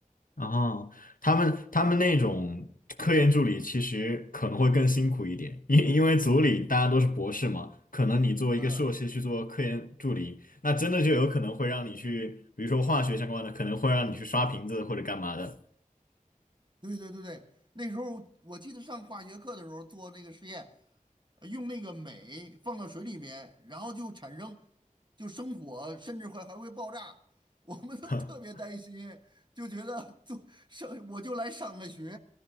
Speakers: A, on the left (about 80°); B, on the right (about 35°).
A: 啊，他们他们那种科研助理其实可能会更辛苦一点，因因为组里大家都是博士嘛，可能你作为一个硕士去做科研助理，
B: 嗯。
A: 那真的就有可能会让你去，比如说化学相关的，可能会让你去刷瓶子或者干嘛的。
B: 对对对对，那时候我记得上化学课的时候做那个实验，呃用那个镁放到水里面，然后就产生就生火，甚至会还会爆炸，我们都特别担心，
A: <laughs>
B: 就觉得做上我就来上个学，